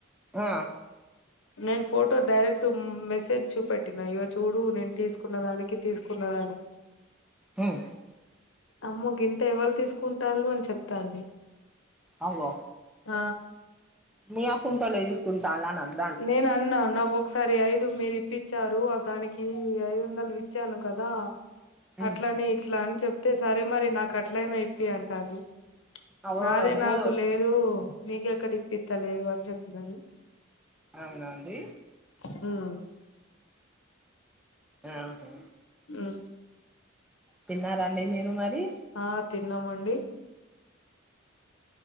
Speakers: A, in the centre; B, on the left (about 80°).
A: ఆ
B: నేను ఫోటో డైరెక్ట్ మెసేజ్ చూపెట్టినా ఇక చూడు నేను తీసుకున్న దానికి తీసుకున్నదాని
A: ఉం
B: అమ్మో గింత ఎవలు తీసుకుంటారు అని చెప్తాంది
A: అగో
B: ఆ
A: మీ అకున్ కలేజ ఇసుకుంట అాలన <unintelligible>
B: నేను అన్నా నాకు ఒకసారి ఐదు మీరు ఇప్పించారు దానికి ఐదు వందలు విచ్చాను కదా
A: ఉమ్
B: అట్లనే ఇట్లా అని చెప్తే సరే మరి నాకు అట్లయినా యిప్పి అంటది
A: అగో
B: నాదే
A: అబ్బో
B: నాకు లేదు నీక ఎక్కడ ఇప్పిస్తా లేదు అని చెప్పినడు
A: అవునా అండి
B: మ్
A: ఆహా
B: మ్
A: తిన్నరా అండి మీరు మరి
B: ఆ తిన్నామండి